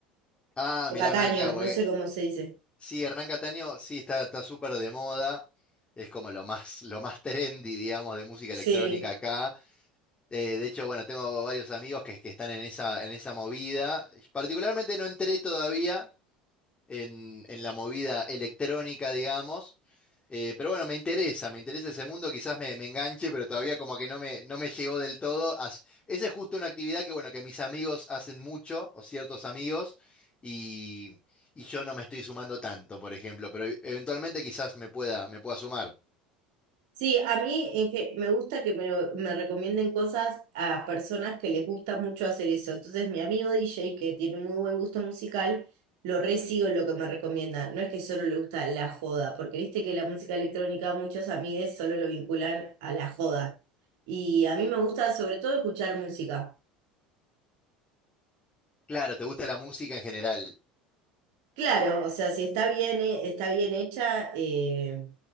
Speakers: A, on the left (about 20°); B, on the right (about 65°).
A: Ah,
B: O
A: mirá,
B: Cataño,
A: mirá, claro, porque
B: no sé cómo se dice.
A: sí, Hernán Cataño sí está, está súper de moda. Es como lo más, lo más trendy, digamos, de música
B: Sí.
A: electrónica acá. Eh, de hecho, bueno, tengo varios amigos que, que están en esa, en esa movida. Particularmente no entré todavía. en, en la movida electrónica, digamos. Eh, pero bueno, me interesa, me interesa ese mundo, quizás me, me enganche, pero todavía como que no me, no me llegó del todo. As- Esa es justo una actividad que, bueno, que mis amigos hacen mucho, o ciertos amigos, y, y yo no me estoy sumando tanto, por ejemplo, pero e- eventualmente quizás me pueda, me pueda sumar.
B: Sí, a mí en ge- me gusta que me, lo- me recomienden cosas a personas que les gusta mucho hacer eso. Entonces, mi amigo DJ, que tiene muy buen gusto musical, lo re sigo en lo que me recomienda. No es que solo le gusta la joda, porque viste que la música electrónica muchos amigues solo lo vinculan a la joda. Y a mí me gusta sobre todo escuchar música.
A: Claro, ¿te gusta la música en general?
B: Claro, o sea, si está bien, he- está bien hecha, eh,